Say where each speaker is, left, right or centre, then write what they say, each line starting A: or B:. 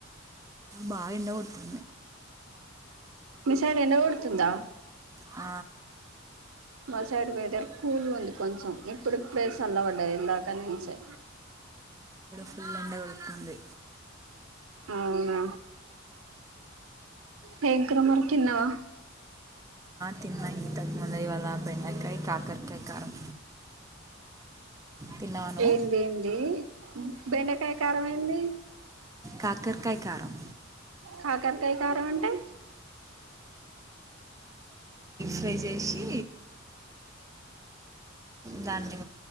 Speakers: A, on the right; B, on the right.
A: బాగా ఇండ కొడుతు
B: మీ సైడ్ ఎండ కొడుతుందా
A: ఆ
B: మా సైడ్ వెదర్ కూల్ ఉంది కొంచెం ఇప్పుడుప్పుడ అల్ల పడ్డది ఇలాకానేసే
A: పుల్లండడి ఉడుతుంది
B: అవునా భంక్ర మర్ చిన్నవా
A: తిన్న ఇంతకుముందు ఇవాళ బెండకాయ కాకరకాయ కారం తిన్నాను
B: ఏంది ఏంది బెండకాయ కారం ఏంది
A: కాకరకాయ కారం
B: కాకరకాయ కరగంటే
A: ట్రై చేసి దాన్ని